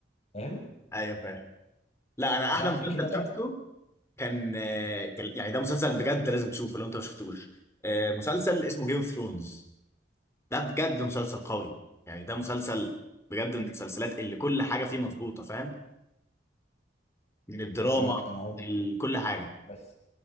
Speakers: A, on the left; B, on the left.
A: فاهم
B: ايوه فاهم لا انا
A: بعد
B: احلى مسلسل
A: كده بقى
B: شفته كان آه، كان- يعني ده مسلسل بجد لازم تشوفه لو انت ما شفتوش آه، مسلسل اسمه جيم اوف ثرونز ده بجد مسلسل قوي يعني ده مسلسل بجد من المسلسلات اللي كل حاجه فيه مظبوطه فاهم من الدراما
A: لا انا عمري
B: لكل
A: ما شفته.
B: حاجه
A: بس